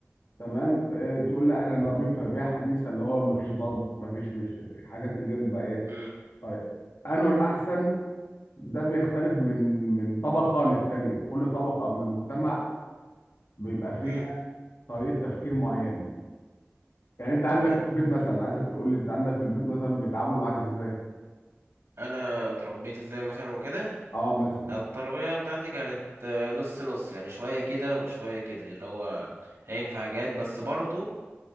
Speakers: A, on the left; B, on the right.
A: تمام اه تقول لا احنا نربيهم تربيه حديثه اللي هو مفيش ضرب مفيش مش الحاجات اللي هي الباقيه
B: مم،
A: طيب انه الاحسن ده بيختلف من من طبقه للتانيه كل طبقه من المجتمع بيبقى فيها
B: مم،
A: طريقه تفكير معينه يعني انت عندك
B: تمام
A: في البيت مثلا عايزك تقول لي انت عندك في البيت مثلا بيتعاملوا معاك ازاي
B: انا اتربيت ازاي مثلا وكده
A: اه مثلا
B: التربيه بتاعتي كانت آه، نص نص يعني شويه كده وشويه كده اللي هو هينفع حاجات بس برضو